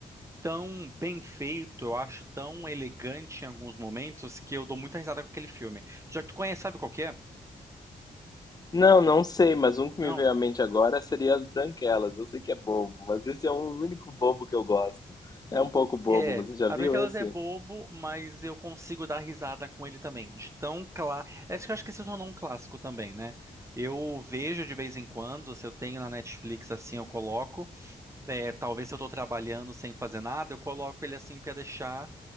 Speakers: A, on the right; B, on the left.
A: tão bem feito, eu acho tão elegante em alguns momentos, que eu dou muita risada com aquele filme. Já que tu conhece, sabe qual que é?
B: Não, não sei, mas um que
A: Não,
B: me veio à mente agora seria As Branquelas. Eu sei que é bobo, mas esse é o único bobo que eu gosto. É um pouco bobo,
A: É,
B: você já
A: a
B: viu
A: Branquelas
B: esse?
A: é bobo, mas eu consigo dar risada com ele também. De tão claro. Acho que acho que se tornou um clássico também, né? Eu vejo de vez em quando, se eu tenho na Netflix assim, eu coloco. É, talvez se eu tô trabalhando sem fazer nada, eu coloco ele assim pra deixar